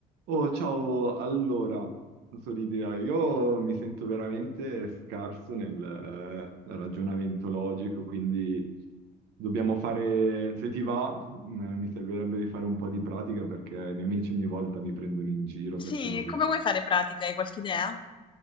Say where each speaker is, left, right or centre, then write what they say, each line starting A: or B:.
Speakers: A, on the right (about 85°); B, on the left (about 30°).
A: Oh, ciao, allora, Solidia, io mi sento veramente scarso nel, eh, nel ragionamento logico, quindi dobbiamo fare, se ti va, mm, mi servirebbe di fare un po' di pratica perché i miei amici ogni volta mi prendono in giro
B: Sì,
A: perché non
B: come
A: riesco.
B: vuoi fare pratica? Hai qualche idea?